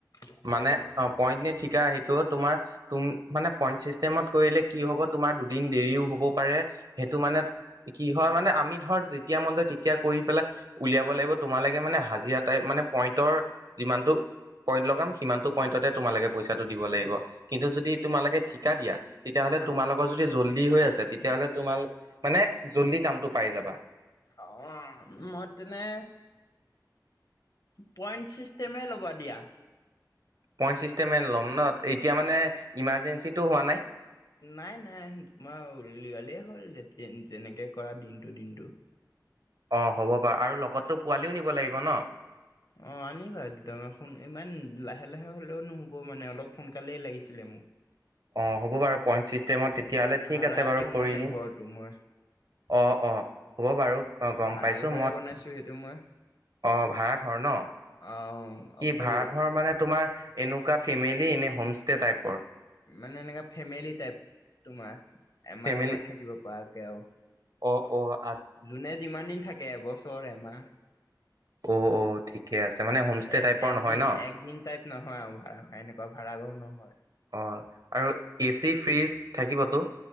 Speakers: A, on the left (about 60°); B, on the right (about 65°).
A: সেনেকে
B: মানে
A: ল'বা
B: অ', পইন্ট নি ঠিকা সেইটো তোমাৰ তুম মানে পইণ্ট ছিষ্টেমত কৰিলে কি হ'ব তোমাৰ দুদিন দেৰিও হ'ব পাৰে সেইটো মানে কি হয় মানে আমি ধৰ যেতিয়া মন যায় তেতিয়া কৰি পেলাই উলিয়াব লাগিব তোমালোকে মানে হাজিৰা টাইপ মানে পইণ্টৰ যিমানতটো পইন্ট লগাম সিমানতটো পইণ্টতে তোমালোকে পইচাটো দিব লাগিব কিন্তু যদি তোমালোকে ঠিকা দিয়া তেতিয়াহ'লে
A: অ',
B: তোমাৰ লগত যদি জল্দি হৈ আছে তেতিয়াহ'লে তোমাৰ মানে জল্দি কামটো পাই যাবা।
A: অ', মই তেনে পইন্ট চিষ্টেমে ল'ব দিয়া।
B: পইণ্ট চিষ্টেম ল'ম ন এতিয়া মানে ইমাৰ্জেঞ্চিটো হোৱা নাই।
A: নাই, নাই তোমাৰ উলওালেই হ'ল যে তেনেকে কৰা দিনটো দিনটো
B: অ', হ'ব বাৰু আৰু লগতো পোৱালিও নিব লাগিব ন।
A: অ', আনিবা দুটামান ইমান লাহে লাহে হলেও নুহব মানে অলপ সোনকালেই লাগিছিলে মো উম।
B: অ', হ'ব বাৰু পইণ্ট চিষ্টেমত তেতিয়াহ'লে
A: ভাড়া
B: ঠিক আছে বাৰু
A: দিওঁ
B: কৰি
A: মানে
B: দিম।
A: ঘৰটো মই
B: অ', অ', হ'ব বাৰু গম
A: ভাড়াঘৰে
B: পাইছো ম
A: বনাইছো সেইটো মই
B: অ', ভাড়া ঘৰ ন?
A: আহ
B: কি
A: অকল
B: ভাড়া ঘৰ মানে তোমাৰ এনেকুৱা ফেমিলি, নে হোমষ্টে টাইপ?
A: মানে এনেকা ফেমিলি টাইপ তোমাৰ, এমাহ
B: ফেমিলি
A: এমাহ থাকিব পৰাকে আৰু।
B: অ', অ', আ
A: যোনে যিমান দিন থাকে এবছৰ, এমাহ।
B: অ', অ', ঠিকে আছে। মানে হোমষ্টে
A: এ
B: টাইপৰ
A: একদিন,
B: নহয় ন?
A: একদিন টাইপ নহয় আৰু ভাড়াঘৰ, এনেকুৱা ভাড়াঘৰ নহয়।
B: অ', আৰু এ চি, ফ্ৰিজ থাকিবতো?